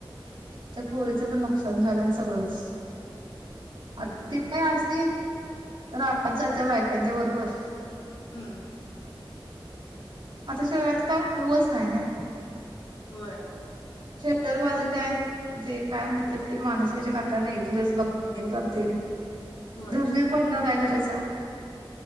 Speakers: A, on the right; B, on the left.
A: त्या पोरीचं पण नुकसान झालं ना सगळंच
B: हम्म
A: आता
B: हम्म
A: ते काय अस राात जात बायकांच्या बरोबर
B: हम्म
A: आताश आता काय गुगल्स नाही ना
B: हो
A: शेजर बाजारी काय जे काय म्हणतात की माणूस याच्या नात्याने एक दोन दिवस बघतील करतील
B: होय
A: धरणीर पडलं काय करायच